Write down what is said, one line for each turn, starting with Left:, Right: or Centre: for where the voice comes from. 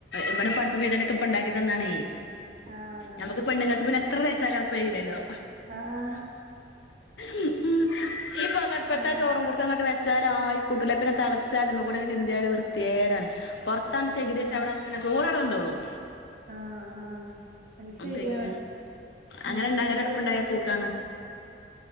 Left: ഇവിടെ പപ്പ് വീതനക്കെ ഇപ്പണ്ടാക്കി തന്നാണേ.
Right: ആഹ്
Left: ഞമ്മക്ക് പെണ്ണുങ്ങൾക്ക് പിന്നെ എത്ര തേച്ചാലും അഴപ്പല്ലല്ലോ.
Right: ആ ആ
Left: ഉം ഇ പൊകപ്പുത്ത
Right: ആഹ്
Left: ചോറും കുടു അങ്ങട്ട് വ ച്ചാല ആയിക്കൂട്ടുല്ല പിന്നെ തളച്ചാതിമ്മ കൂടെക്കെ ചിന്തിയാല് വൃത്തിയേടാണ്. പുറത്താണ്ട് ചകിരി വെചാ അവിടങ്ങനെ ചോറ അവടെ വെന്തോള്ളും.
Right: ആ ആ അ ശെരിയാ
Left: പിന്നെ അങ്ങനെ
Right: ഉംആ
Left: ഇണ്ടാകല് അടുപ്പുണ്ടായ
Right: ഒരു
Left: സുഖാണ്